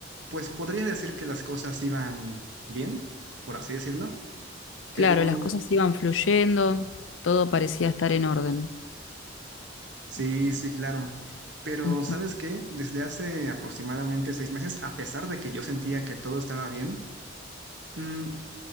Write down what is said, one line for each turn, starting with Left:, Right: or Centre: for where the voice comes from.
Right: pues podría decir que las cosas iban bien, por así decirlo, pero
Left: Claro, las cosas iban fluyendo, todo parecía estar en orden.
Right: sí, sí, claro. Pero
Left: Ujú,
Right: ¿sabes qué? Desde hace aproximadamente seis meses, a pesar de que yo sentía que todo estaba bien, mm,